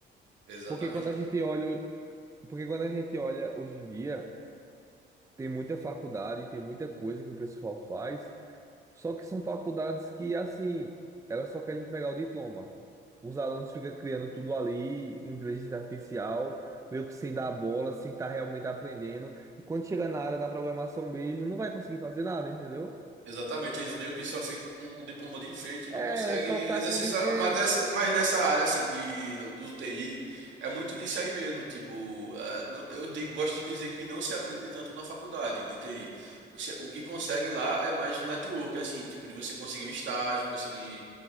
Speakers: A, on the right; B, on the right.
A: Exatamente.
B: Porque quando a gente olha, porque quando a gente olha hoje em dia, tem muita faculdade, tem muita coisa que o pessoal faz Só que são faculdades que, assim, elas só querem entregar o diploma. Os alunos ficam criando tudo ali, inteligência artificial, meio que sem dar bola, sem estar realmente aprendendo. E quando chega na área da programação mesmo, não vai conseguir fazer nada, entendeu?
A: Exatamente. Eles meio que só ficam com um diploma de enfeite e
B: É,
A: não conseguem
B: só tá
A: exercer.
B: com. di-
A: esse tra-
B: É...
A: Mas nessa, mas nessa área, assim, de, do, do TI, é muito disso aí mesmo. Tipo, é, não- eu digo, gosto de dizer que não se aprende tanto na faculdade de TI. Você, o que consegue lá é mais um network, assim, tipo, de você conseguir um estágio, conseguir.